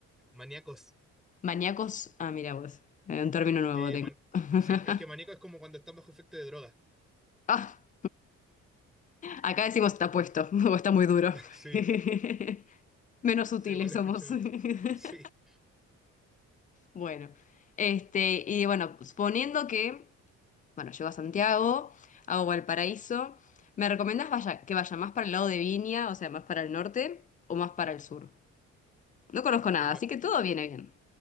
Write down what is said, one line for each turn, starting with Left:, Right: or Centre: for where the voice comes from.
Centre: Maníacos,
Left: Maníacos. Ah, mira vos. eh, Un término nuevo
Centre: que
Left: tengo.
Centre: man-
Left: <laughs>
Centre: sí, es que maníaco es como cuando están bajo efecto de droga.
Left: Ah, acá decimos está puesto <laughs> o está muy duro.
Centre: <laughs> Sí,
Left: <laughs> Menos sutiles
Centre: sí, igual lo
Left: somos.
Centre: he escuchado.
Left: <laughs>
Centre: <laughs> Sí,
Left: Bueno, este, y bueno, suponiendo que, bueno, llego a Santiago, hago Valparaíso, ¿me recomiendas vaya, que vaya más para el lado de Viña, o sea, más para el norte o más para el sur? No conozco nada,
Centre: en
Left: así
Centre: Va-
Left: que todo viene bien.